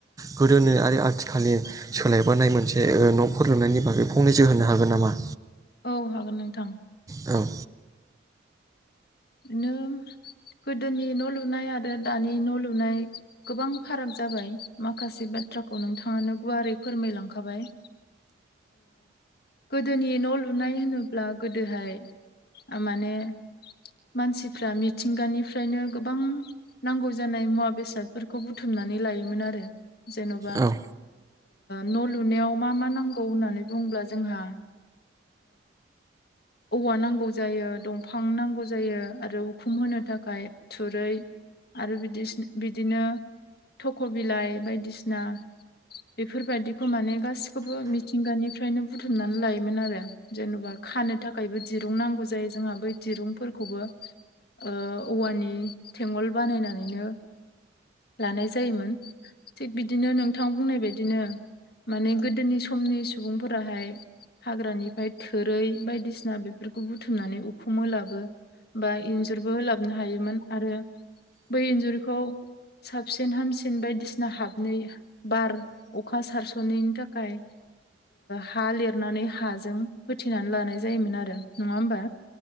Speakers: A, on the right; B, on the left.
A: गोदोनि आरो आथिखालनि सोलायबोनाय मोनसे न'खर लुनायनि बागै फंनैसो होनो हागोन नामा
B: औ हागोन नोंथां
A: औ
B: बिदिनो गोदोनि न' लुनाय आरो दानि न' लुनाय गोबां फाराग जाबाय माखासे बाथ्राखौ नोंथाङानो गुवारै फोरमायलांखाबाय गोदोनि न' लुनाय होनोब्ला गोदोहाय माने मानसिफ्रा मिथिंगानिफ्रायनो गोबां नांगौ जानाय मुवा बेसादफोरखौ बुथुमनानै लायोमोन आरो जेन'बा
A: औ
B: न' लुनायाव मा मा नांगौ होननानै बुङोब्ला जोंहा औवा नांगौ जायो दंफां नांगौ जायो आरो उखुम होनो थाखाय थुरै आरो बिदि बिदिनो थख' बिलाइ बायदिसिना बेफोरबायदि माने गासिखौबो मिथिंगानिफ्रायनो बुथुमनानै लोन आरो जेन'बा खानो थाखायबो दिरुं नांग ज जोंहा बै दिरुं खौबो औवानि थेंगल बानायनानैनो लानाय जायोमोन थिग बिदिनो नों थां बुंनाय बायदिनो माने गोदोनि समनि सुबुंफोराहाय हाग्रानिफ्राय थोरै बायदिसिना बेफोरखौ बुथुमनानै अखौ मोलाबो बा इन्जुरबो होलाबनो हायोमोन आरो बै इन्जुरखौ साबसिन हामसिन बायदिसिना हाबनोै बार अखा सारस'नायनि थाखाय हा लिरनानै हाजों होथेनानै लानाय जायोमोन आरो नङा होमबा